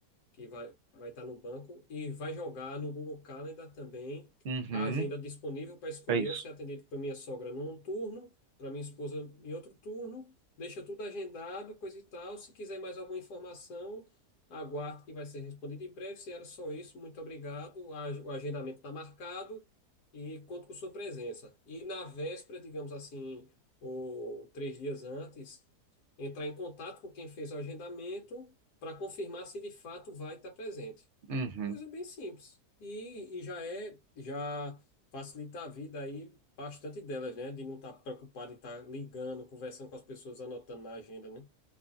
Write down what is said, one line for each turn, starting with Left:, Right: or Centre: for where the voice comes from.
Left: que vai vai estar no banco e vai jogar no Google Calendar também
Right: Uhum.
Left: a agenda disponível para escolher
Right: É isso.
Left: ou ser atendido para minha sogra num turno, para minha esposa em outro turno. Deixa tudo agendado, coisa e tal. Se quiser mais alguma informação, aguarde que vai ser respondido em breve. Se era só isso, muito obrigado. A- O agendamento está marcado e conto com sua presença. E na véspera, digamos assim, ou três dias antes, entrar em contato com quem fez o agendamento para confirmar se de fato vai estar presente.
Right: Uhum.
Left: Coisa bem simples. E, e já é, já facilita a vida aí bastante delas, né? De não estar preocupado em estar ligando, conversando com as pessoas, anotando na agenda, né?